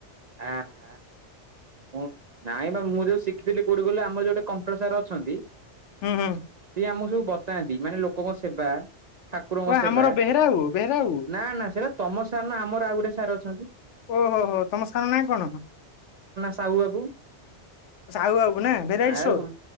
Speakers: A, on the right; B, on the left.
A: ଆ। ମୁଁ ନାଇଁ ବା ମୁଁ ଯୋଉ ଶିଖିଥିଲି କୋଉଠି କହିଲ ଆମର ଯୋଉଠି କମ୍ପ୍ୟୁଟର ସାର୍ ଅଛନ୍ତି?
B: ହୁଁ ହୁଁ।
A: ସିଏ ଆମକୁ ସବୁ ବତାନ୍ତି ମାନେ ଲୋକଙ୍କ ସେବା ଠାକୁରଙ୍କ
B: ଓ
A: ସେବା
B: ଆମର ବେହେରା ବାବୁ ବେହେରା ବାବୁ
A: ନା ନା ସେଟା ତମ ସାର୍ ନା ଆମର ଆଉ ଗୋଟେ ସାର୍ ଅଛନ୍ତି।
B: ଓହୋ ହୋ ତମ ସାର୍ ନାଁ କଣ?
A: ତାଉ ବାବୁ
B: ସାହୁ ବାବୁ ନା ଭେରାଇଟି
A: ଆଉ
B: ଷ୍ଟୋର
A: କଣ?